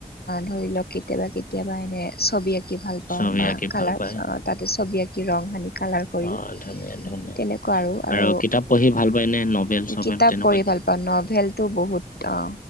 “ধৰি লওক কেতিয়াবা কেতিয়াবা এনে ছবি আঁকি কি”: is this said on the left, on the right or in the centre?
Left